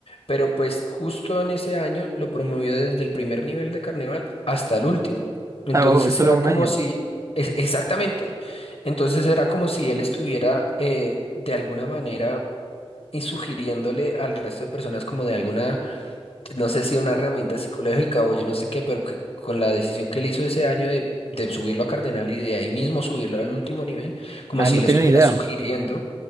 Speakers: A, on the left (about 60°); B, on the right (about 30°).
A: pero pues justo en ese año lo promovió desde el primer nivel de carnaval hasta el último. Entonces
B: Ah, oh, es solo
A: era como
B: un año.
A: si, es- exactamente, entonces era como si él estuviera eh, de alguna manera y sugiriéndole al resto de personas como de alguna no sé si una herramienta psicológica o yo no sé qué, pero que con la decisión que él hizo ese año de, de subirlo a Cardenal y de ahí mismo subirlo al último nivel, como
B: Ah,
A: si
B: no
A: él
B: tenía
A: estuviera
B: ni idea.
A: sugiriendo